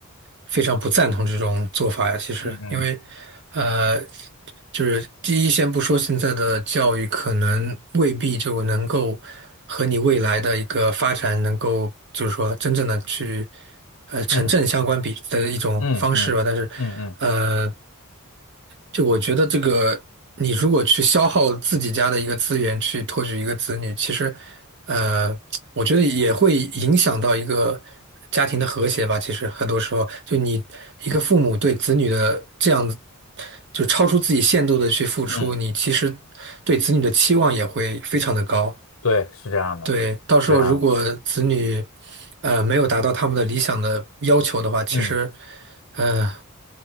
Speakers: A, on the right; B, on the left.
A: 非常不赞同这种做法呀。其实，
B: 嗯嗯
A: 因为呃，就是第一，先不说现在的教育可能未必就能够和你未来的一个发展能够，就是说真正的去呃成正相关比的一种方式吧。
B: 嗯。嗯嗯嗯嗯
A: 但是，呃。就我觉得这个，你如果去消耗自己家的一个资源去托举一个子女，其实，呃，我觉得也会影响到一个家庭的和谐吧。其实很多时候，就你一个父母对子女的这样子，就超出自己限度的去付出，
B: 嗯，
A: 你其实对子女的期望也会非常的高。
B: 对，是这样的，
A: 对，到时候如果子女，
B: 是这样的，
A: 呃，没有达到他们的理想的要求的话，其实
B: 嗯，
A: 呃